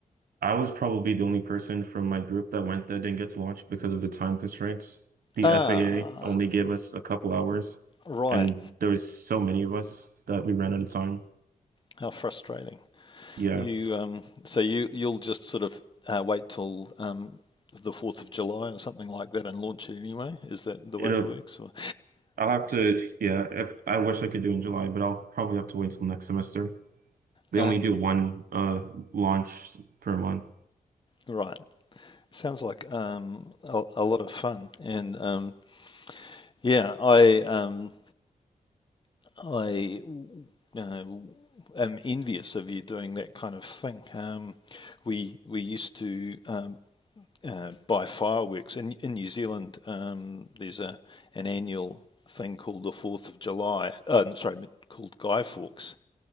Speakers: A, on the right; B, on the left.
A: I was probably the only person from my group that went that didn't get to launch because of the time constraints. The
B: Ah,
A: FAA only gave us a couple hours,
B: right.
A: and there was so many of us that we ran out of time.
B: How frustrating.
A: Yeah,
B: You um, so you you'll just sort of uh, wait till um, the Fourth of July or something like that and launch it anyway. Is that the
A: it'll.
B: way it works? Or
A: I'll have to. Yeah, if I wish I could do in July, but I'll probably have to wait until next semester. They
B: uh,
A: only do one uh launch per month.
B: right. Sounds like um, a, a lot of fun, and um, Yeah, I um, I uh, am envious of you doing that kind of thing. Um, we we used to um, uh, buy fireworks in in New Zealand. Um, there's a an annual thing called the Fourth of July. Uh, no, sorry, called Guy Fawkes,